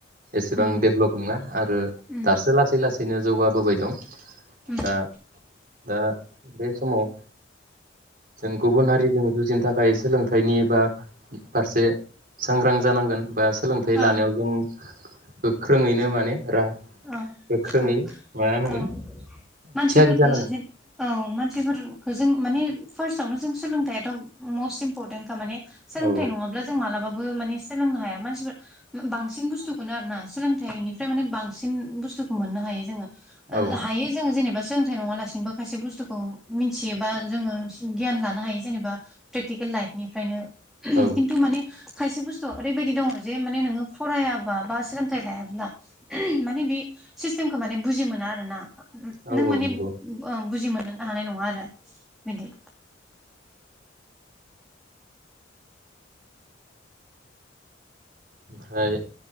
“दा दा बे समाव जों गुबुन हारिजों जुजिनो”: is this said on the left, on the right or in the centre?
Right